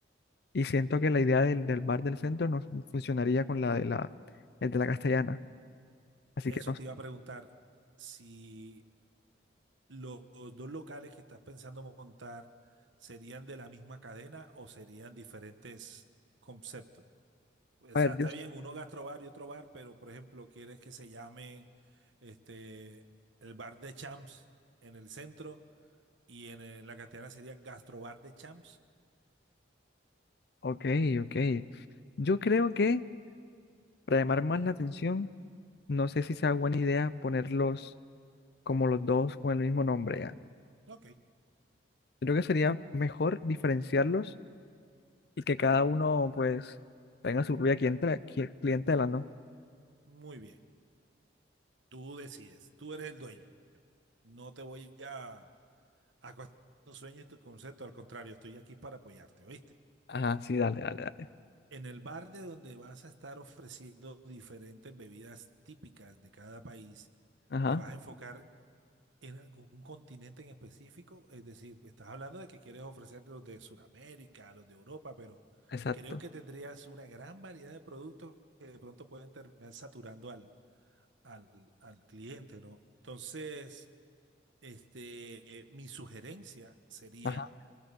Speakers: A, on the left; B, on the right.
A: Y siento que la idea del, del bar del centro no funcionaría con la de la, el de la castellana. Así
B: eso
A: que no
B: te
A: sé.
B: iba a preguntar, si lo- los dos locales que estás pensando montar serían de la misma cadena o serían diferentes conceptos. O
A: A
B: sea,
A: ver,
B: está
A: yo.
B: bien, uno gastrobar y otro bar, pero por ejemplo, quieres que se llamen este, el bar de Champs en el centro y en, eh, la Castellana sería gastrobar de Champs.
A: Ok, ok. Yo creo que para llamar más la atención, no sé si sea buena idea ponerlos como los dos con el mismo nombre ya.
B: Ok,
A: Creo que sería mejor diferenciarlos y que cada uno pues tenga su propia clientela, qui- clientela, ¿no?
B: muy bien. Tú decides, tú eres el dueño. No te voy a, a cuestionar tus sueños y tus conceptos, al contrario, estoy aquí para apoyarte, ¿oíste?
A: Ajá, sí, dale, dale, dale.
B: En el bar de donde vas a estar ofreciendo diferentes bebidas típicas de cada país,
A: Ajá,
B: te vas a enfocar en algún continente en específico, es decir, estás hablando de que quieres ofrecerte los de Sudamérica, los de Europa, pero
A: exacto.
B: creo que tendrías una gran variedad de productos que de pronto pueden terminar saturando al, al, al cliente, ¿no? Entonces... Este, eh, mi sugerencia sería
A: Ajá,